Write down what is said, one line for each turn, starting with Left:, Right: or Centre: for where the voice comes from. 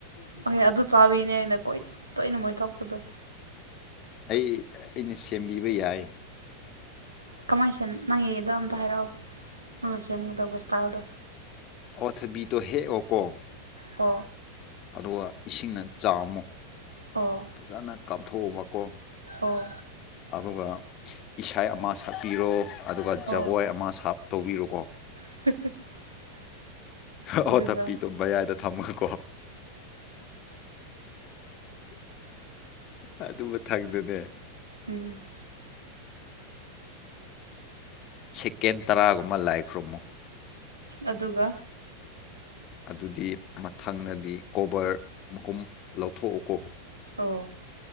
Right: ꯍꯍ ꯑꯗꯨ ꯆꯥꯕꯅꯦ ꯑꯩꯅ ꯀꯣꯏ ꯇꯣꯏꯅ ꯃꯣꯏ ꯊꯣꯛꯣꯛꯄꯗꯣ
Left: ꯑꯩ ꯑꯩꯅ ꯁꯦꯝꯕꯤꯕ ꯌꯥꯏ
Right: ꯀꯃꯥꯏꯅ ꯁ ꯅꯪꯉꯗꯣ ꯑꯝꯇ ꯍꯥꯏꯔꯛꯑꯣ ꯅꯪ ꯁꯦꯝꯒꯗꯕ ꯕꯣꯁꯇꯥꯜꯗꯣ
Left: ꯑꯣꯊꯕꯤꯗꯣ ꯍꯦꯛ ꯑꯣꯀꯣ
Right: ꯀꯣ
Left: ꯑꯗꯨꯒ ꯏꯁꯤꯡꯅ ꯆꯥꯝꯃꯨ
Right: ꯑꯣ
Left: ꯐꯖꯅ ꯀꯥꯞꯊꯣꯛꯑꯕꯀꯣ
Right: ꯑꯣ
Left: ꯑꯗꯨꯒ ꯏꯁꯥ ꯑꯃ ꯁꯛꯄꯤꯔꯣ ꯑꯗꯨꯒ
Right: ꯑꯣ
Left: ꯖꯒꯣꯏ ꯑꯃ ꯁꯥꯞ ꯇꯧꯕꯤꯔꯣꯀꯣ
Right: <unintelligible>
Left: ꯑꯣ
Right: ꯑꯗꯨꯒ
Left: ꯇꯄꯤꯗꯣ ꯃꯕꯌꯥꯏꯗ ꯊꯝꯃꯀꯣ ꯑꯗꯨꯝꯕꯊꯛꯛꯇꯅꯦ
Right: ꯎꯝ
Left: ꯁꯦꯀꯦꯟ ꯇꯔꯥꯒꯨꯝꯕ ꯂꯥꯏꯈ꯭ꯔꯨꯝꯃꯨ
Right: ꯑꯗꯨꯒ
Left: ꯑꯗꯨꯗꯤ ꯃꯊꯪꯅꯗꯤ ꯀꯣꯕꯔ ꯃꯨꯝ ꯂꯧꯊꯣꯛꯎꯀꯣ
Right: ꯑꯣ